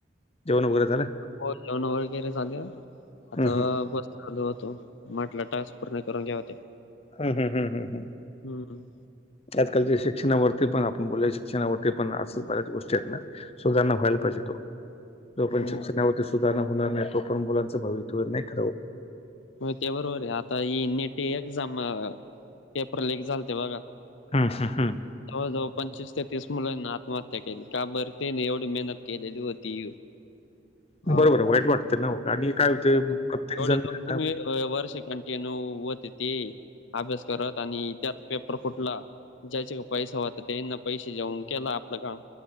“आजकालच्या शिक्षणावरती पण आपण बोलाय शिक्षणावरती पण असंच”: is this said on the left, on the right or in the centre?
Left